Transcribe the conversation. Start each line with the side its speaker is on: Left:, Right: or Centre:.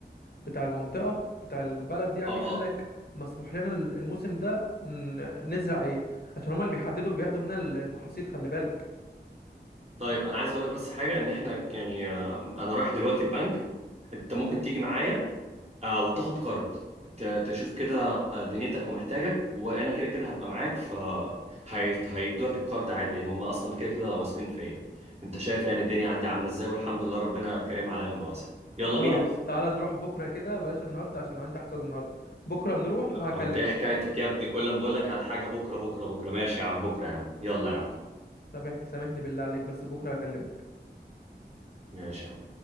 Left: بتاع المنطقة بتاع البلد يعني
Right: اه
Left: قال
Right: اه
Left: لك مسموح لنا الموسم ده ن- نزرع ايه عشان هما اللي بيحددوا بياخدوا مننا المحاصيل خلي بالك
Right: طيب انا عايز اقول لك بس حاجة ان احنا يعني آه انا رايح دلوقتي البنك انت ممكن تيجي معايا آه وتاخد كارد ت- تشوف كده دنيتك ومحتاجك وانا كده كده هبقى معاك ف هي- هيدوك الكارد عادي هم اصلا كده كده واثقين فيا انت شايف يعني الدنيا عندي عامله ازاي والحمد لله ربنا كريم عليا من واسع يلا
Left: خلاص
Right: بينا
Left: تعالى نروح بكرة كده بلاش النهاردة عشان عندي حصاد النهاردة بكرة نروح وهكلمك
Right: وانت ايه حكايتك يا ابني كل ما بقول لك على حاجه بكره بكره بكره ماشي يا عم بكره يا عم يلا يا عم
Left: سامحني سامحني بالله عليك بس بكرة هكلمك
Right: ماشي يا عم